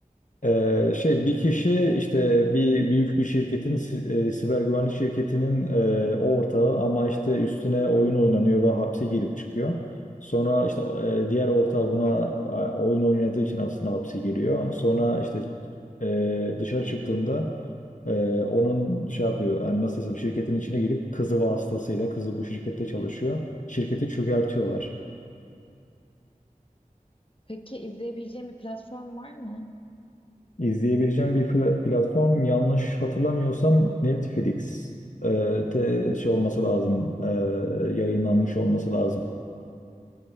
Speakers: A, on the left; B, on the left.
A: Ee, şey bir kişi işte bir büyük bir şirketin si- e, siber güvenlik şirketinin e, ortağı ama işte üstüne oyun oynanıyor ve hapse girip çıkıyor. Sonra işte e, diğer ortağı buna e, oyun oynadığı için aslında hapse giriyor. Sonra işte e, dışarı çıktığında e, onun şey yapıyor yani nasıl desem şirketin içine girip kızı vasıtasıyla kızı bu şirkette çalışıyor. Şirketi çökertiyorlar.
B: Peki izleyebileceğim bir platform var mı?
A: İzleyebileceğim bir pla- platform yanlış hatırlamıyorsam Netflix e, de şey olması lazım e, yayınlanmış olması lazım.